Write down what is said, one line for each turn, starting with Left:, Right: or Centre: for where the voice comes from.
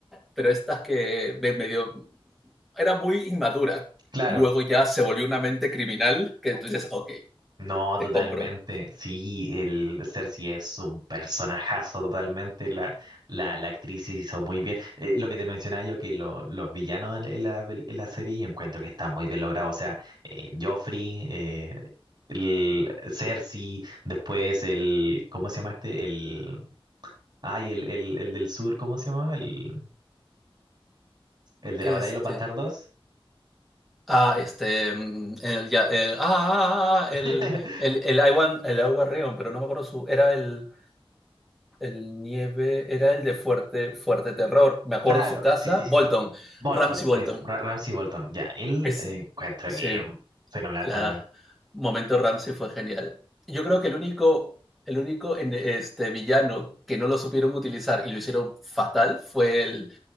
Centre: pero estas que me medio... Era muy inmadura.
Right: <laughs> Claro,
Centre: Luego ya se volvió una mente criminal que entonces dices, ok,
Right: No,
Centre: te
Right: totalmente.
Centre: compro.
Right: Sí, el Cersei es un personajazo totalmente. La, la, la actriz hizo muy bien. Eh, lo que te mencionaba yo, que lo- los villanos en la, en la pel- en la serie encuentro que están muy bien logrados. O sea, eh, Joffrey, eh, el Cersei, después el, ¿cómo se llama este? El, ay, el, el, el del sur, ¿cómo se llama? El, el de
Centre: Este,
Right: la batalla de los bastardos.
Centre: ah, este, mm, el, ya, el- ah, ah, ah, ah, ah,
Right: <laughs>
Centre: el, el, el agua el agua Want pero no me acuerdo su, era el, el nieve, era el de fuerte, fuerte terror, me acuerdo
Right: Claro,
Centre: su casa,
Right: sí, sí, sí.
Centre: Bolton,
Right: Bolton,
Centre: Ramsay Bolton,
Right: es Ra- Ramsey Bolton. Ya, él
Centre: es,
Right: eh, encuentro
Centre: sí,
Right: que mm, fenomenal
Centre: La
Right: también.
Centre: momento Ramsey fue genial. Yo creo que el único, el único en- este, villano que no lo supieron utilizar y lo hicieron fatal fue el,